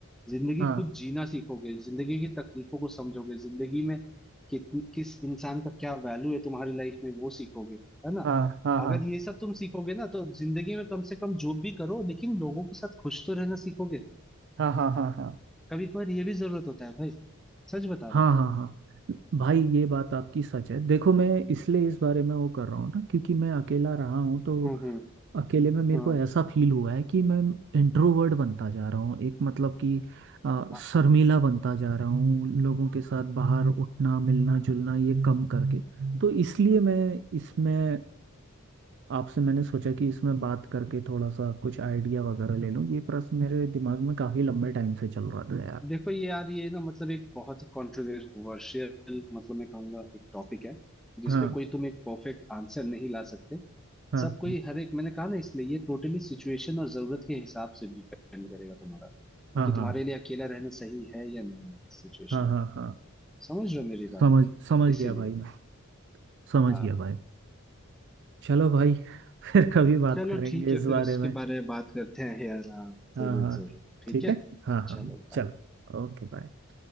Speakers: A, in the centre; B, on the right.
A: जिंदगी
B: हाँ
A: खुद जीना सीखोगे जिंदगी की तकलीफों को समझोगे जिंदगी में कित- किस इंसान का क्या वैल्यू है तुम्हारी लाइफ में वो सीखोगे है ना
B: हाँ हाँ हाँ
A: अगर ये सब तुम सीखोगे ना तो जिंदगी में कम से कम जो भी करो लेकिन लोगों के साथ खुश तो रहना सीखोगे
B: हाँ हाँ हाँ हाँ हाँ
A: कभी कभार ये भी जरूरत होता है भाई सच बता
B: हाँ
A: रहा हूँ
B: हाँ हाँ भाई ये बात आपकी सच है देखो मैं इसलिए इस बारे में वो कर रहा हूँ ना क्योंकि मैं अकेला रहा हूँ तो
A: हम्म हम्म
B: अकेले में मेरे
A: हाँ
B: को ऐसा फील हुआ है कि मैं इंट्रोवर्ट बनता जा रहा हूँ एक मतलब कि अ,
A: हाँ।
B: शर्मीला बनता जा रहा हूँ लोगों के साथ बाहर उठना मिलना जुलना ये कम करके तो इसलिए मैं इसमें आपसे मैंने सोचा कि इसमें बात करके थोड़ा सा कुछ आइडिया वगैरह ले लूँ ये प्रश्न मेरे दिमाग में काफ़ी लंबे टाइम से चल रहा था यार
A: देखो ये यार ये ना मतलब एक बहुत ही कॉन्ट्रोवर्शियल मतलब मैं कहूंगा एक टॉपिक है जिसपे
B: हाँ
A: कोई तुम एक परफेक्ट आंसर नहीं ला सकते
B: हाँ
A: सब कोई हर एक मैंने कहा ना इसलिए ये टोटली सिचुएशन और जरूरत के हिसाब से डिपेंड करेगा तुम्हारा
B: हाँ
A: कि
B: हाँ
A: तुम्हारे लिए अकेला रहना सही है या नहीं सिचुएशन
B: हाँ हाँ हाँ
A: समझ रहे हो मेरी बात
B: समझ समझ
A: इसीलिए
B: गया भाई मैं समझ
A: हाँ
B: गया भाई चलो भाई फिर कभी बात
A: चलो
B: करेंगे
A: ठीक है
B: इस बारे
A: फिर इसके
B: में
A: बारे में बात करते हैं यार हाँ
B: हाँ
A: जरूर
B: हाँ
A: जरूर ठीक
B: ठीक
A: है
B: है हाँ हाँ
A: चलो बाय
B: चलो ओके बाय